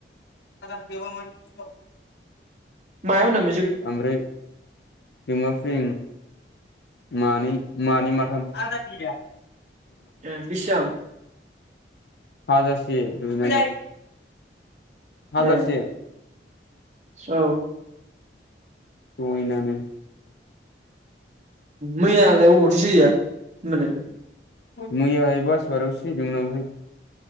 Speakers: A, on the left; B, on the right.
A: <inaudible>
B: मायाव होनदों
A: ओमफ्राय जोंमाफुरि मानै मानै माथाम। गैया
B: ए बिसिबां?
A: हाजारसे <unintelligible> हाजारसे
B: ए औ
A: दयनानो
B: मैयालाय अबावथ' जैया होनबालाय
A: मैया एबा <unintelligible>